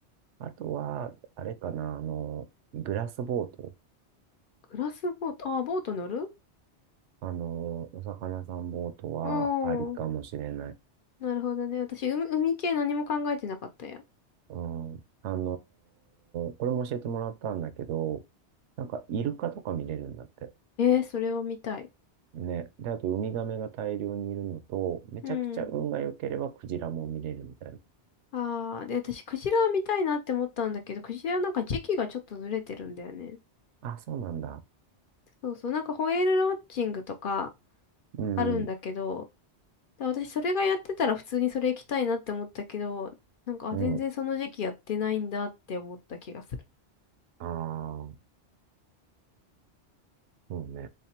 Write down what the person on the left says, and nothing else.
グラスボート、あー、ボート乗る
おー、なるほどね。私、海、海系何も考えてなかったや。
えー、それを見たい。
うん。ああ、で、私、クジラ見たいなって思ったんだけど、クジラなんか時期がちょっとずれてるんだよね。
そうそう、なんかホエールウォッチングとか
あるんだけど、だ私それがやってたら普通にそれ行きたいなって思ったけど、なんか、あ、
全然その時期やってないんだって思った気がする。